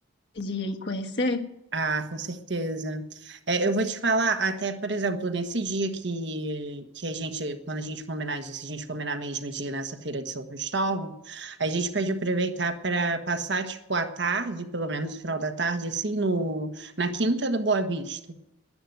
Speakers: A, on the left (about 60°); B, on the right (about 60°).
A: de ir conhecer?
B: Ah, com certeza. É, eu vou te falar, até, por exemplo, nesse dia que, que a gente, quando a gente combinar disso, a gente combinar mesmo de ir nessa feira de São Cristóvão, a gente pode aproveitar para passar, tipo, a tarde, pelo menos o final da tarde, assim, no, na Quinta da Boa Vista.